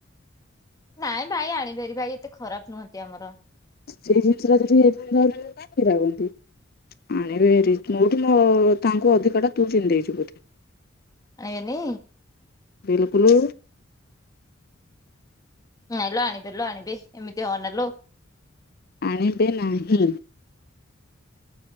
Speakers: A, on the left; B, on the left.
A: ନାଇଁ ଭାଇ ଆଣିବେ ବାରି ଭାଇ ଏତେ ଖରାପ ନୁହଁନ୍ତି ଆମର।
B: ସେଇ ଜିନିଷଟା ଯଦି ଏତେ ଭାବନ୍ତି କାହିଁକି ରାଗନ୍ତି। ଆଣିବି ମୋଠୁ ତାଙ୍କୁ ଅଧିକଟା ତୁ ଚିହ୍ନିଦେଇଛୁ ବୋଧେ।
A: ଆଇବେନି।
B: ବିଲକୁଲ।
A: ନାଇଁଲୋ ଆଣିବେ ଲୋ ଆଣିବେ ଏମିତି ହଅନାଲୋ।
B: ଆଣିବେ ନାହିଁ।